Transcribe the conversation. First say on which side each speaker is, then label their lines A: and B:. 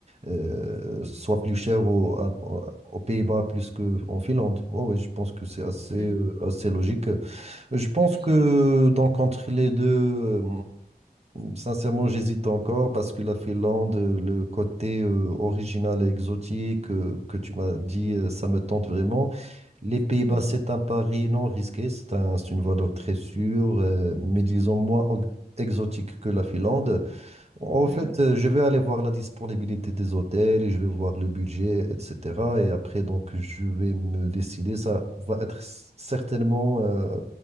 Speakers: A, on the right (about 40°); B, on the right (about 85°).
A: euh, soient plus chers au, à- aux Pays-Bas plus qu'en Finlande. Ouais, ouais, je pense que c'est assez,
B: Oui,
A: euh, assez logique. Je pense
B: c'est logique.
A: que donc entre les deux, euh, sincèrement, j'hésite encore parce que la Finlande, euh, le côté euh, original et exotique euh, que tu m'as dit, euh, ça me tente vraiment. Les Pays-Bas,
B: Mhm.
A: c'est un pari non risqué, c'est un, c'est une valeur très sûre, euh, mais disons moins ex- exotique que la Finlande. En
B: Oui.
A: fait, euh, je vais aller voir la disponibilité des hôtels et je vais voir le budget, etc. Et après, donc, je vais me décider. Ça va être s- certainement euh,